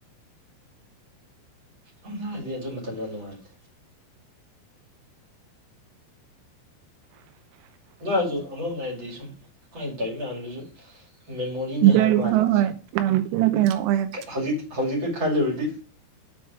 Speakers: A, on the right; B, on the right.
A: ꯑꯗꯨꯔꯗꯤ ꯑꯗꯨ ꯃꯇꯝ ꯌꯥꯝ ꯅꯨꯡꯉꯥꯏꯔꯦ ꯑꯗꯨꯁꯨ ꯑꯃꯃꯝ ꯍꯥꯏꯔꯗꯤ ꯁꯨꯝ ꯀꯃꯥꯏꯅ ꯇꯧꯋꯤ ꯃꯌꯥꯝꯗꯨꯁꯨ ꯃꯦꯃꯣꯔꯤꯅꯤ
B: ꯖꯔ
A: ꯍꯥꯏꯕ ꯋꯥꯗꯁꯨ
B: ꯍꯣꯏ ꯍꯣꯏ ꯌꯥꯝ ꯊꯤꯅ ꯀꯩꯅꯣ ꯑꯣꯏꯌꯦ
A: ꯍꯧꯖꯤꯛ ꯍꯧꯖꯤꯛ ꯈꯜꯂꯕꯗꯤ